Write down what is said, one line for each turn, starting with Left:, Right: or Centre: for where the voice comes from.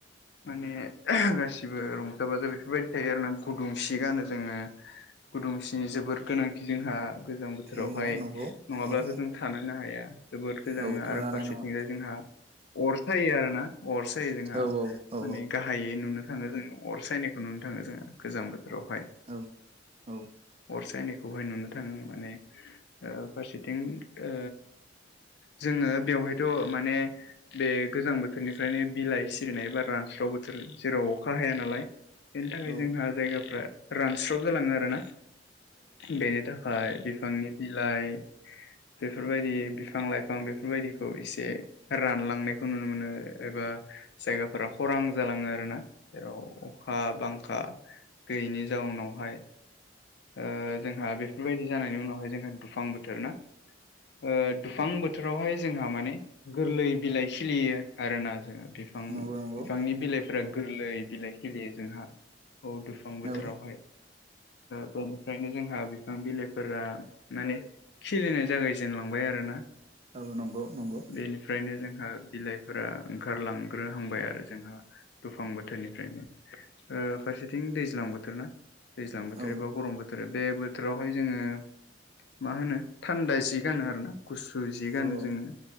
Left: माने गासिबो ओ रंजा बाजा बेफोरबायदि थायो आरोना गुदुंसि गानो जोंङो गुदुंसिनि जोबोर गोनांथि जोंहा गोजां बोथोरावहाय
Right: नंगौ नंगौ
Left: नङाब्लाथ'
Right: औ
Left: जों थानोनो हाया जोबोद गोजाङो
Right: औ थानो
Left: आरो
Right: हानाय
Left: फारसेथिंजाय
Right: नङा
Left: जोंहा अर सायो आरोना अर सायो जोंहा
Right: औ औ
Left: माने गाहायै नुनो थाङो जों अर सायनायखौ नुनो थाङो जोंङो गोजां बो थोर आवहाय
Right: औ औ
Left: अर सायनायखौहाय नुनो थाङो माने ओ फारसेथिं ओ जोंङो बेवहायथ' माने बे गोजां बो थोरनिफ्रायनो बिलाइ सिरिनायबा रानस्राव बोथोर जेराव अखा अखा हाया नालाय बेनि थाखाय जोंहा
Right: औ
Left: जायगाफ्रा रानस्र' जालाङो आरोना। बेनि थाखाय बिफांनि बिलाइ बेफोरबायदि बिफां लाइफां बेफोरबायदिखौ इसे रानलांनायखौ नुनो मोनो। एबा जायगाफोरा खरां जालाङो आरोना जेराव अखा बांखा गैयैनि जाउनावहाय ओ जोंहा बेफोरबायदि जानायनि उनावहाय जोंहा दुफां बोथोर ना ओ दुफां बोथोरावहाय जोंहा माने गोरलै बिलाइ खिलियो आरोना जोंङो बिफां
Right: नंगौ नंगौ
Left: बिफांनि बिलाइफोरा गोरलै बिलाइ खिलियो जोंहा औ दुफां बोथोरावहाय
Right: औ
Left: ओ बेनिफ्रायनो जोंहा बिफां बिलाइफोरा माने खिलिनाय जागायजेनलांबाय आरोना।
Right: औ नंगौ नंगौ
Left: बेनिफ्रायनो जोंहा बिलाइफोरा ओंखारलांग्रोहांबाय आरो जोंहा दुफां बोथोरनिफ्रायनो ओ फारसेथिं दैज्लां बोथोर ना दैज्लां बोथोर
Right: औ
Left: एबा गरम बो थोर बे बोथोरावहाय जोंङो मा होनो थान्दा जि गानो आरोना। गुसु जि
Right: औ
Left: गानो
Right: औ
Left: जोंङो